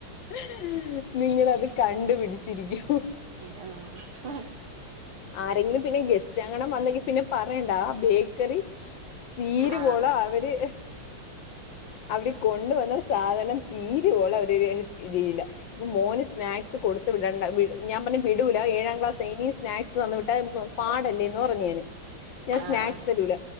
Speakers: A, on the left; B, on the right.
A: ഹ്.. നിങ്ങളത് കണ്ട്പിടിച്ചിരിക്കും.
B: ഹ് ആ.. ഹ്.
A: ആരെങ്കിലും പിന്നെ ഗെസ്റ്റ് ആങ്ങണം വന്നെങ്കി പിന്നെ പിന്നെ പറയണ്ട ആ ബേക്കറി. തീരുവോളം
B: ആഹ്
A: അവര് അവര് കൊണ്ടുവന്ന സാധനം തീരുവോലം അവര് ഇതിയില്ല ഇത് മോന് സ്നാക്സ് കൊടുത്തു വിടണ്ട വ് ഞാൻ പറഞ്ഞ്. വിടൂല ഏഴാം ക്ലാസ് ഇനിം സ്നാക്സ് തന്ന് വിട്ടാ <unintelligible> പാടല്ലേ ന്ന് പറഞ്ഞുഞാന്. ഞാൻ സ്നാക്സ്
B: ആഹ് ആഹ്
A: തരൂല.